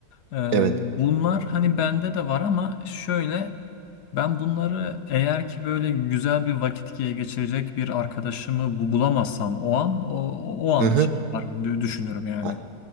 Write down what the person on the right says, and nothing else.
Evet.
Hı hı.
A-